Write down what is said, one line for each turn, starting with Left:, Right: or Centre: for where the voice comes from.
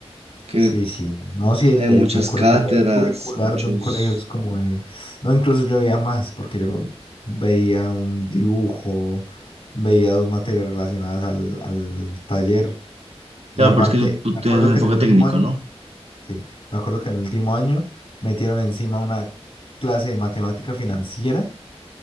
Right: que
Left: Sí, sí. No, sí, el,
Right: hay muchas
Left: el plan curricular,
Right: cátedras,
Left: curricular
Right: muchos...
Left: de un colegio es como de- No, incluso yo veía más, porque yo veía un dibujo, veía dos materias relacionadas al, al taller. Y
Right: Claro,
Left: aparte,
Right: pero es que tú, tú
Left: me acuerdo
Right: tienes un
Left: que
Right: enfoque
Left: en el último
Right: técnico,
Left: año,
Right: ¿no?
Left: sí, me acuerdo que en el último año metieron encima una clase de matemática financiera